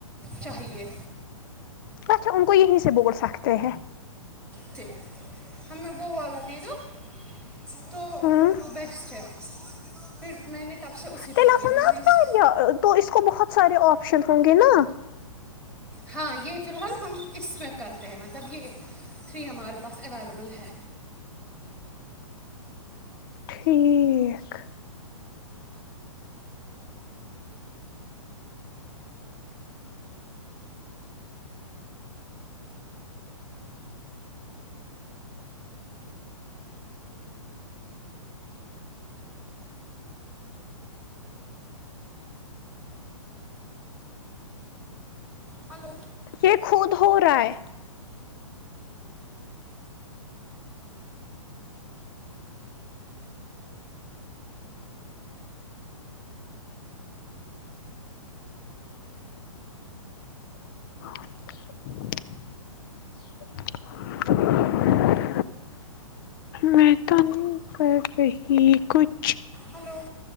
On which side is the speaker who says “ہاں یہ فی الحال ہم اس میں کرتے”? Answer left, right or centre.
Centre